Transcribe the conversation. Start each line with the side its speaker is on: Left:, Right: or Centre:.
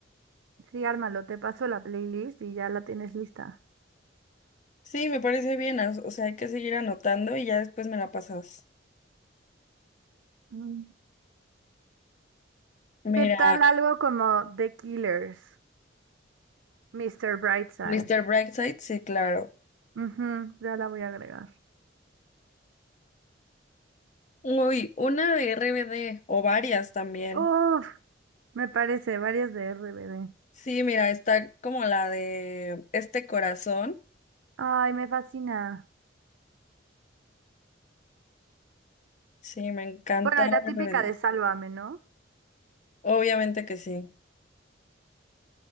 Right: Sí, ármalo, te paso la playlist y ya la tienes lista.
Left: Sí, me parece bien, o o sea, hay que seguir anotando y ya después me la pasas.
Right: Mm.
Left: Mira,
Right: ¿Qué tal algo como The Killers, Mr. Brightside?
Left: Mr. Brightside, sí, claro.
Right: Ujú, ya la voy a agregar.
Left: Uy, una de RBD o varias también.
Right: Uf. Me parece, varias de RBD.
Left: Sí, mira, está como la de Este Corazón.
Right: Ay, me fascina.
Left: Sí, me encanta
Right: Bueno, y la típica
Left: RBD.
Right: de Sálvame, ¿no?
Left: Obviamente que sí.